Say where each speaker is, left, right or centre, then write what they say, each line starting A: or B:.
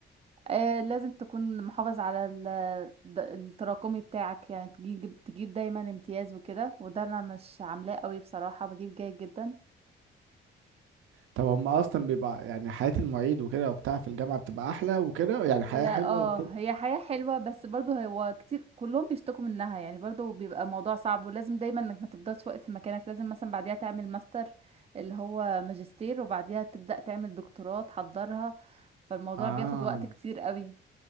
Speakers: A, on the right (about 30°); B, on the right (about 80°).
A: آه لازم تكون محافظ على ال- د- التراكمي بتاعك يعني تجيب تجيب دايما امتياز وكده وده انا مش عاملاه قوي بصراحة بجيب جيد جدا
B: طب هم اصلا بيبقى يعني حياه المعيد وكده وبتاع في الجامعه بتبقى احلى وكده يعني حياه
A: هي اه
B: حلوه وكده
A: هي حياة حلوة بس برضو هو كتير كلهم بيشتكوا منها يعني برضو بيبقى موضوع صعب ولازم دايما انك ما تفضلش واقف في مكانك لازم مثلا بعديها تعمل ماستر اللي هو ماجستير وبعديها تبدأ تعمل دكتوراه تحضرها فالموضوع
B: اه
A: بياخد وقت كتير قوي